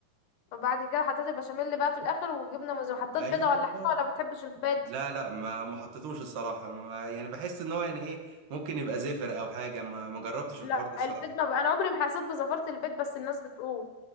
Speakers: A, on the left (about 75°); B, on the right (about 80°).
A: وبعد كده حطيت البشاميل اللي بقى في الآخر وجبنة موزاريلا حطيت
B: ايوه
A: بيضة ولا حاجة ولا بتحبش البيض
B: لا لا ما ما حطيتوش الصراحة ما يعني بحس ان هو يعني ايه ممكن يبقى زفر او حاجة ما ما جربتش
A: لا
B: الحوار ده الصراحة
A: البيض ما بقى. أنا عمري ما حسيت بزفرة البيض بس الناس بتقول